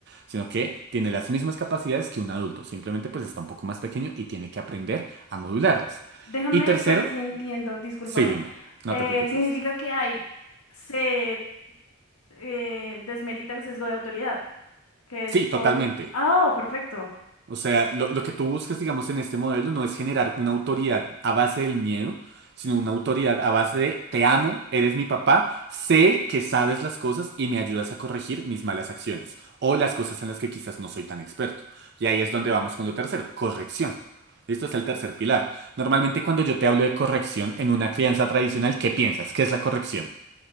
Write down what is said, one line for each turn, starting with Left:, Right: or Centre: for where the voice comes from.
Right: Sino que tiene las mismas capacidades que un adulto, simplemente pues está un poco más pequeño y tiene que aprender a modularlas.
Left: Déjame
Right: Y tercero,
Left: ver si entiendo, discúlpame.
Right: sí, dime,
Left: Eh,
Right: no te preocupes.
Left: significa que hay, se eh, desmerita el sesgo de autoridad, que
Right: Sí,
Left: es por...
Right: totalmente.
Left: Ah, perfecto.
Right: O sea, lo, lo que tú buscas, digamos, en este modelo no es generar una autoridad a base del miedo, sino una autoridad a base de te amo, eres mi papá, sé que sabes las cosas y me ayudas a corregir mis malas acciones o las cosas en las que quizás no soy tan experto. Y ahí es donde vamos con lo tercero, corrección. Esto es el tercer pilar. Normalmente cuando yo te hablo de corrección en una crianza tradicional, ¿qué piensas? ¿Qué es la corrección?